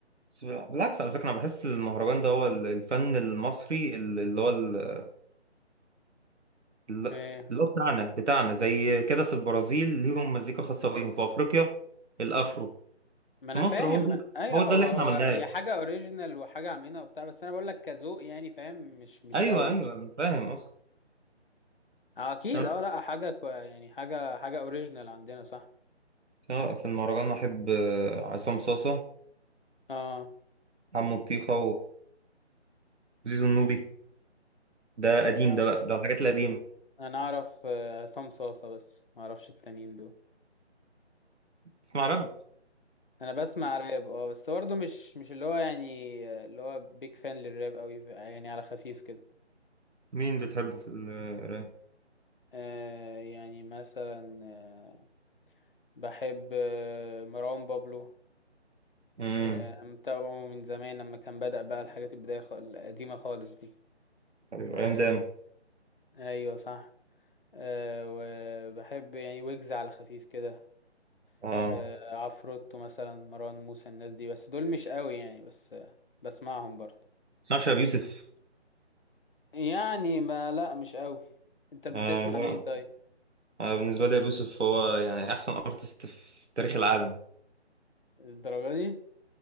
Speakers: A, on the right (about 75°); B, on the left (about 50°).
A: بس بال- بالعكس على فكره انا بحس المهرجان ده هو ال- الفن المصري ال- اللي هو ال- اللي
B: ايه
A: هو بتاعنا بتاعنا زي كده في البرازيل ليهم مزيكا خاصه بيهم في افريقيا الافرو
B: ما
A: في
B: انا
A: مصر
B: فاهم
A: هو ده
B: ايوه
A: هو
B: هو
A: ده اللي احنا
B: هو
A: عملناه
B: هي حاجه اوريجينال وحاجه عاملينها وبتاع بس انا بقول لك كذوق يعني فاهم مش مش
A: ايوه
B: قوي
A: ايوه انا فاهم قصدي
B: اكيد
A: بس أنا
B: اه لا حاجه كو يعني حاجه حاجه اوريجينال عندنا صح
A: سواء في المهرجان احب آه، عصام صاصه
B: اه
A: حمو الطيخه وزيزو النوبي ده قديم
B: انا
A: ده بقى ده الحاجات القديمه
B: أنا اعرف آه، عصام صاصه بس ما اعرفش التانيين دول
A: اسمع راب
B: انا بسمع راب اه بس برضه مش مش اللي هو يعني اللي هو بيج فان للراب قوي يعني على خفيف كده
A: مين بتحبه في الراب
B: آه يعني مثلا آه بحب آه مروان بابلو
A: امم
B: آه متابعه من زمان لما كان بدأ بقى الحاجات البداية خ- القديمة خالص دي
A: أيوة،
B: آه
A: ايام داما
B: ايوه صح آه وبحب يعني ويجز على خفيف كده
A: اه
B: آه عفروتو مثلا مروان موسى الناس دي بس دول مش قوي يعني بس آه بسمعهم برضه
A: تسمعش ابو يوسف
B: يعني ما لا مش قوي انت بتسمع
A: اه لا
B: مين طيب
A: آه بالنسبه لي ابو يوسف هو يعني احسن ارتست في تاريخ العالم
B: الدرجة دي